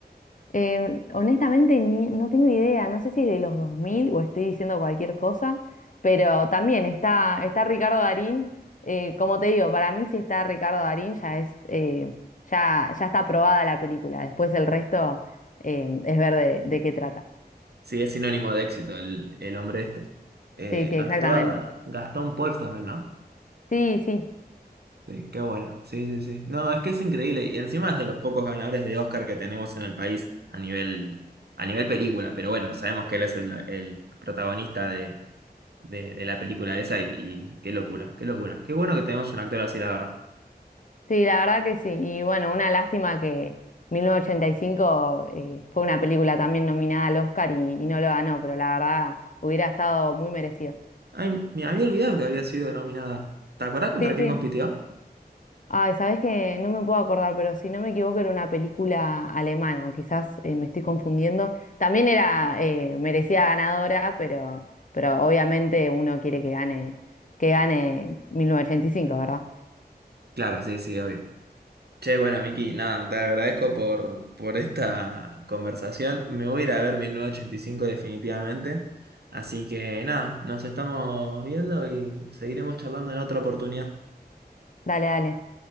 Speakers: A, on the left; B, on the right.
A: Eh, honestamente, ni- no tengo idea, no sé si es de los 2000 o estoy diciendo cualquier cosa, pero también está, está Ricardo Darín. eh, como te digo, para mí si está Ricardo Darín ya es, eh, ya, ya está aprobada la película, después el resto eh, es ver de, de qué trata.
B: Sí, es sinónimo de éxito el, el hombre este. Eh,
A: Sí, sí, exactamente.
B: actúa Gastón Pauls también, ¿no?
A: Sí, sí,
B: Sí, qué bueno. Sí, sí, sí. No, es que es increíble. Y encima es de los pocos ganadores de Oscar que tenemos en el país a nivel, a nivel película. Pero bueno, sabemos que él es el, el protagonista de, de- de la película esa y, y qué locura, qué locura. Qué bueno que tenemos un actor así, la verdad.
A: sí, la verdad que sí. Y bueno, una lástima que 1985 eh, fue una película también nominada al Oscar y, y no lo ganó, pero la verdad hubiera estado muy merecido.
B: Ay, me había olvidado que había sido nominada. ¿Te acordás contra
A: Sí,
B: quién
A: sí.
B: compitió?
A: Ay, sabes que no me puedo acordar, pero si no me equivoco era una película alemana, o quizás eh, me estoy confundiendo. También era eh, merecida ganadora, pero, pero obviamente uno quiere que gane, que gane 1985, ¿verdad?
B: Claro, sí, sí, obvio. Che, bueno, Miki, nada, te agradezco por, por esta conversación. Me voy a ir a ver 1985 definitivamente. Así que nada, nos estamos viendo y seguiremos charlando en otra oportunidad.
A: Dale, dale.